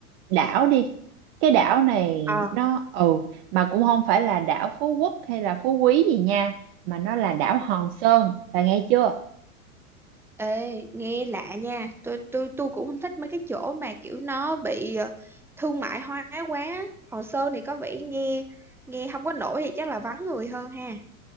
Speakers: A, on the right (about 40°); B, in the centre.
A: đảo đi. Cái đảo này
B: Ờ,
A: nó ừ mà cũng không phải là đảo Phú Quốc hay là Phú Quý gì nha, mà nó là đảo Hòn Sơn. Bà nghe chưa?
B: ê, nghe lạ nha. Tôi tôi tôi cũng không thích mấy cái chỗ mà kiểu nó bị ờ, thương mại hóa quá. Hòn Sơn thì có vẻ nghe nghe không có nổi thì chắc là vắng người hơn ha.